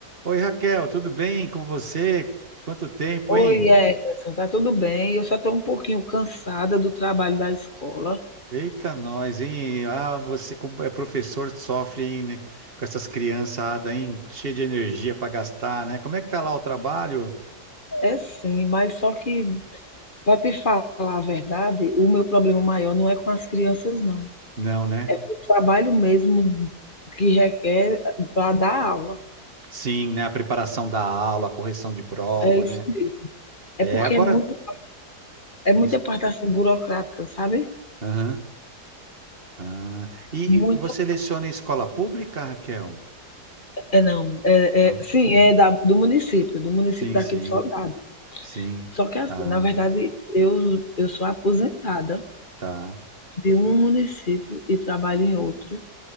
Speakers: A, on the right; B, on the left.
A: Oi, Raquel, tudo bem com você? Quanto tempo,
B: Oi,
A: hein?
B: Emerson, tá tudo bem? Eu só estou um pouquinho cansada do trabalho da escola.
A: Eita, nós, hein? Ah, você como é professor, sofre, hein, né, com essas criançadas, hein? Cheia de energia para gastar, né? Como é que tá lá o trabalho?
B: É sim, mas só que, para te falar a verdade, o meu problema maior não é com as crianças, não.
A: Não, né?
B: É com o trabalho mesmo que requer para dar aula.
A: Sim, né? A preparação da aula, a correção de prova,
B: É isso
A: né?
B: mesmo. É
A: É,
B: porque
A: agora.
B: é muito, é muita
A: Desculpa.
B: parte assim burocrática, sabe?
A: Aham. Ah. E
B: Muita.
A: você leciona em escola pública, Raquel?
B: É não, é,
A: Não.
B: é sim, é da, do município, do município
A: Sim,
B: daqui
A: sim,
B: de Soledade.
A: sim.
B: Só que assim,
A: Ah,
B: na verdade, eu, eu sou aposentada.
A: tá.
B: de um município e trabalho em outro.